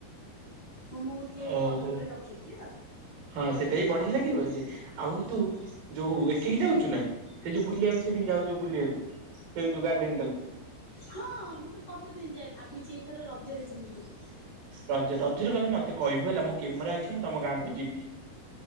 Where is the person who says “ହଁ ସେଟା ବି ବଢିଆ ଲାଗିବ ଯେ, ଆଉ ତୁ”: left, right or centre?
Right